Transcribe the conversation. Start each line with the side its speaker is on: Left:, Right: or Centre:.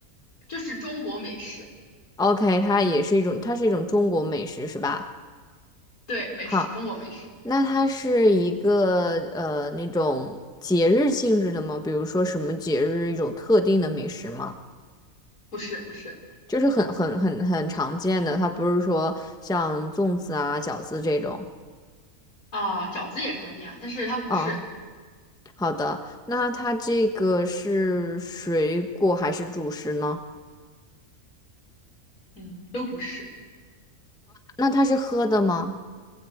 Left: 就是中国美食，
Centre: OK，它也是一种，它是一种中国美食，是吧？
Left: 对，美食，
Centre: 好。
Left: 中国美食，
Centre: 那它是一个呃那种节日性质的吗？比如说什么节日一种特定的美食吗？
Left: 不是不是
Centre: 就是很很很很常见的，它不是说像粽子啊、饺子这种。
Left: 啊，饺子也常见啊，但是它不是，
Centre: 哦，好的，那它这个是水果还是主食呢？
Left: 嗯，都不是，
Centre: 那它是喝的吗？